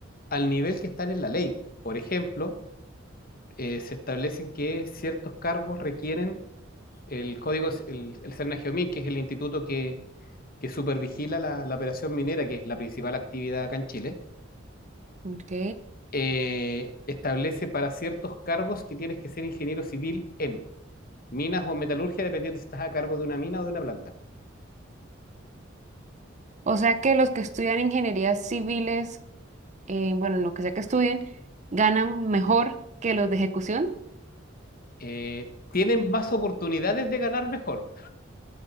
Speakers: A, on the left (about 50°); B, on the right (about 35°).
A: al nivel que están en la ley. Por ejemplo, eh, se establecen que ciertos cargos requieren el código, el, el Cernagiomín, que es el instituto que, que supervigila la, la, operación minera, que es la principal actividad acá en Chile,
B: ok.
A: eh, establece para ciertos cargos que tienes que ser ingeniero civil en minas o en metalurgia, dependiendo si estás a cargo de una mina o de una planta.
B: O sea que los que estudian ingenierías civiles, eh, bueno, lo que sea que estudien, ganan mejor que los de ejecución.
A: Eh, tienen más oportunidades de ganar mejor,